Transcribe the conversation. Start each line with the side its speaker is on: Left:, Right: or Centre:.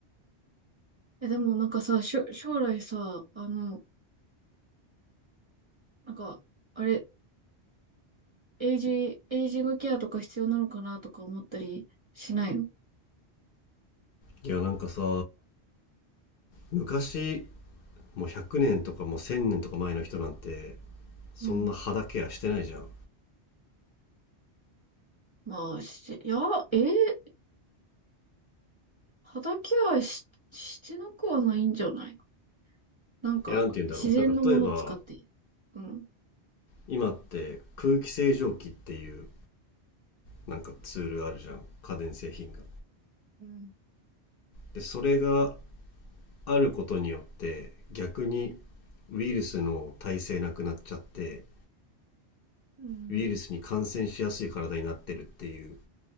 Right: え、でもなんかさ、しょ、将来さ、あの、なんか、あれ、エイジ、エイジングケアとか必要なのかなとか思ったりしないの
Left: いやなんかさ昔もう100年とかもう1000年とか前の人なんてそんな肌ケアしてないじゃんい
Right: うん。まあ、しいや、えー肌ケアし、してなくはないんじゃないなんか、
Left: やなんて言うんだろうなんか例えば
Right: 自然のもの使って。うん。
Left: 今って空気清浄機っていうなんかツールあるじゃん家電製品が。
Right: そうだね。うん。
Left: でそれがあることによって逆にウイルスの耐性なくなっちゃって
Right: うん。
Left: ウイルスに感染しやすい体になってるっていう